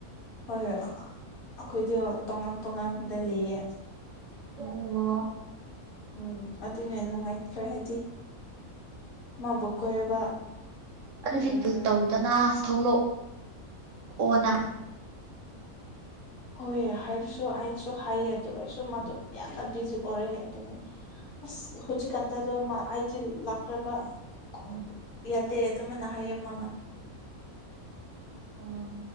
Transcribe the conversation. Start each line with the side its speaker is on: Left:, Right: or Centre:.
Left: ꯍꯣꯏ <unintelligible> ꯑꯈꯣꯏꯗ ꯇꯣꯉꯥꯟ ꯇꯣꯉꯥꯟꯗ ꯂꯩꯌꯦ
Right: ꯎꯝ ꯑꯣ
Left: ꯎꯝ ꯑꯗꯨꯅꯦ ꯅꯨꯡꯉꯥꯏꯇ꯭ꯔꯦ ꯍꯥꯏꯗꯤ ꯃꯥꯕꯨ ꯀꯣꯏꯔꯕ
Right: ꯑꯗꯨꯗꯤ
Left: ꯎꯝ
Right: ꯐꯤꯜ ꯇꯧꯗꯅ ꯊꯣꯛꯂꯛ ꯑꯣꯅ
Left: ꯍꯣꯏ ꯍꯥꯏꯔꯁꯨ ꯑꯩꯅꯁꯨ ꯍꯥꯏꯌꯦ ꯑꯗꯨꯒꯁꯨ ꯃꯥꯗꯨ ꯌꯥꯝꯅ ꯕꯤꯖꯤ ꯑꯣꯏꯔꯦ ꯑꯗꯨꯅ ꯑꯁ ꯍꯨꯖꯤꯛ ꯀꯟꯇꯗꯣ ꯃꯥ ꯍꯥꯏꯖꯤꯜ ꯂꯛꯈ꯭ꯔꯕ <unintelligible> ꯌꯥꯇꯦ ꯑꯗꯨꯃꯥꯏꯅ ꯍꯥꯏꯌꯦ ꯃꯥꯅ
Right: ꯑꯣ <unintelligible>